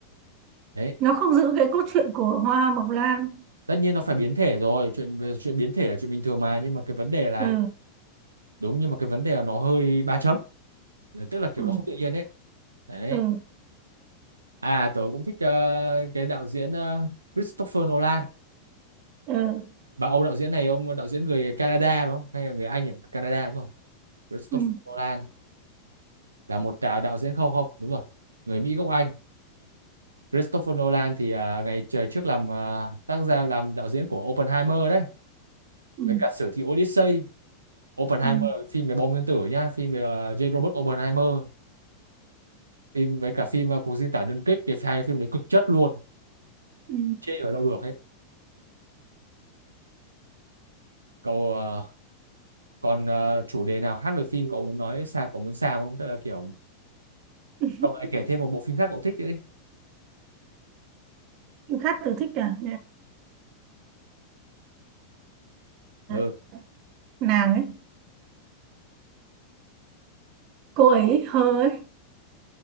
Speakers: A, on the right; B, on the right.
A: đấy
B: nó không giữ cái cốt truyện của Hoa Mộc Lan
A: tất nhiên nó phải biến thể rồi chuyện về chuyện biến thể là chuyện bình thường mà nhưng mà cái vấn đề là
B: ừ
A: đúng nhưng mà cái vấn đề là nó hơi ba chấm tức là kiểu
B: ừ
A: nó không tự nhiên ấy đấy
B: ừ
A: à tớ cũng thích ờ, cái đạo diễn ờ, Christopher Nolan
B: ừ
A: Bà ông đạo diễn này ông đạo diễn người Canada đúng không? Hay là người Anh nhỉ? Canada đúng không? Christopher
B: ừ
A: Nolan là một à, đạo diễn không không đúng rồi người Mỹ gốc Anh Christopher Nolan thì à, ngày trời trước làm à, tác giả làm đạo diễn của Oppenheimer đấy
B: ừ
A: với cả sử thi Odyssey Oppenheimer
B: ừ,
A: là cái phim về bom nguyên tử nhá phim về à, J. Robert Oppenheimer phim với cả phim à, cuộc diễn tả đơn kích cái hai phim đấy cực chất luôn
B: ừ.
A: chê ở đâu được ấy cậu à, còn à, chủ đề nào khác về phim cậu muốn nói sao cậu muốn sao không tức là kiểu
B: ừ.
A: cậu lại kể thêm một bộ phim khác cậu thích nữa đi
B: <laughs> Khát tôi thích cả À,
A: ừ
B: nàng ấy cô ấy hơ ấy